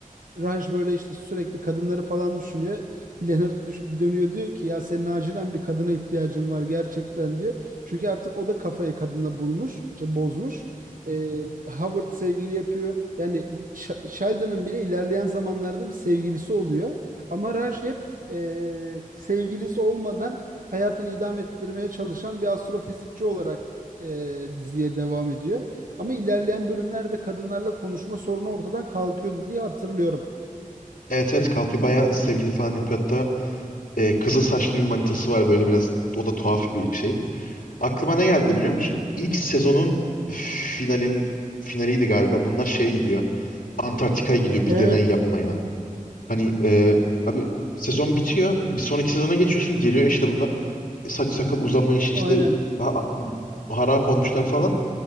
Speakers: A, on the right; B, on the left.
A: Raj böyle işte sürekli kadınları falan düşünüyor. Leonard düş- dönüyor diyor ki ya senin acilen bir kadına ihtiyacın var gerçekten diyor. Çünkü artık o da kafayı kadında bulmuş, işte bozmuş. Ee, Howard sevgili yapıyor. Yani Sh- Sheldon'ın bile ilerleyen zamanlarda bir sevgilisi oluyor. Ama Raj hep e, sevgilisi olmadan hayatını idame ettirmeye çalışan bir astrofizikçi olarak e, diziye devam ediyor. Ama ilerleyen bölümlerde kadınlarla konuşma sorunu ortadan kalkıyordu diye hatırlıyorum.
B: Evet evet kalkıyor bayağı sevgili falan yapıyor. Hatta e, kızıl saçlı bir manitası var böyle biraz o da tuhaf bir şey. Aklıma ne geldi biliyor musun? İlk sezonun finalin finaliydi galiba. Bunlar şeye gidiyor. Antarktika'ya gidiyor
A: Evet,
B: bir deney yapmaya. Hani e, abi sezon bitiyor. Bir sonraki sezona geçiyorsun. Geliyor işte bunlar. Saç sakal uzamış işte
A: aynen.
B: ha- harap olmuşlar falan.